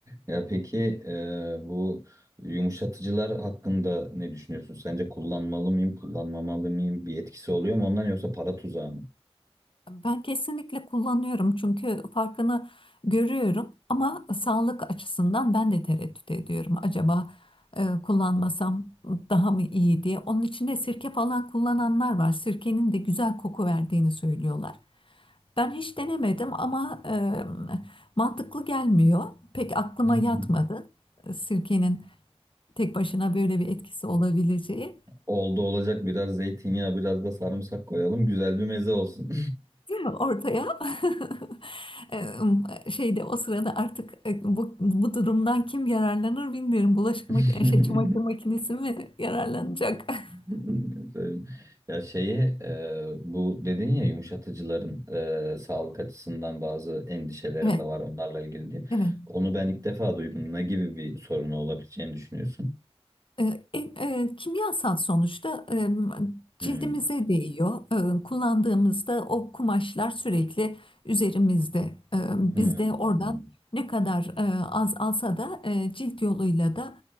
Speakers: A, on the right (about 30°); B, on the left (about 55°).
A: Ya peki e, bu yumuşatıcılar hakkında ne düşünüyorsun? Sence kullanmalı mıyım, kullanmamalı mıyım? Bir etkisi oluyor mu ondan yoksa para tuzağı mı?
B: Ben kesinlikle kullanıyorum çünkü farkını görüyorum ama sağlık açısından ben de tereddüt ediyorum. Acaba e, kullanmasam daha mı iyi diye. Onun içinde sirke falan kullananlar var. Sirkenin de güzel koku verdiğini söylüyorlar. Ben hiç denemedim ama e, mantıklı gelmiyor. Pek aklıma
A: <laughs>
B: yatmadı. E, Sirkenin tek başına böyle bir etkisi olabileceği.
A: Oldu olacak biraz zeytinyağı, biraz da sarımsak koyalım. Güzel bir meze olsun.
B: Değil mi? Ortaya <laughs> E, şeyde o sırada artık e, bu, bu durumdan kim yararlanır bilmiyorum. Bulaşık
A: <laughs>
B: makinesi, şey, çamaşır makinesi mi yararlanacak? <laughs>
A: <laughs> Söyleyeyim. Ya şeyi e, bu dedin ya yumuşatıcıların e, sağlık açısından bazı endişelerim
B: Evet,
A: de var onlarla ilgili diye.
B: evet.
A: Onu ben ilk defa duydum. Ne gibi bir sorunu olabileceğini düşünüyorsun?
B: E, e, e, kimyasal sonuçta e, cildimize
A: Hmm.
B: değiyor. E, kullandığımızda o kumaşlar sürekli üzerimizde. E,
A: Hmm.
B: biz de oradan ne kadar e, az alsa da e, cilt yoluyla da